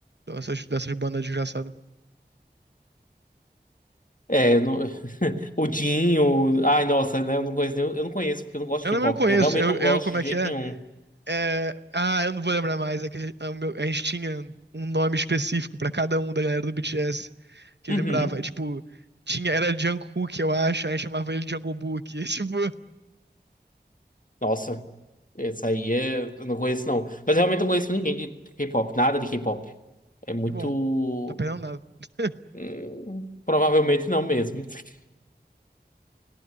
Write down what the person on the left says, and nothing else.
É, no- <laughs> o Dinho, ai, nossa, né, eu não conheço, nem- eu não conheço porque eu não gosto
de K-pop.
Eu realmente
não
gosto
de
jeito
nenhum.
Uhum.
Nossa, essa aí é, eu não conheço não. Mas realmente não conheço ninguém de K-pop, nada de K-pop. É muito.
hum, provavelmente não mesmo. <laughs>